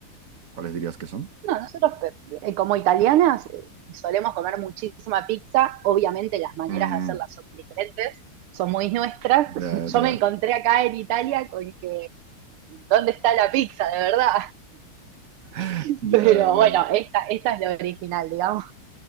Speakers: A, on the right; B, on the right.
A: cuáles dirías que son?
B: No, nosotros eh, eh, como italianas eh, solemos comer muchísima pizza, obviamente las maneras
A: Mm,
B: de hacerla son diferentes, son muy nuestras. <laughs>
A: ya, ya,
B: Yo me encontré acá en Italia con que, ¿dónde está la pizza de verdad?
A: <laughs>
B: <laughs>
A: ya,
B: Pero
A: ya.
B: bueno, esta, esta es la original, digamos.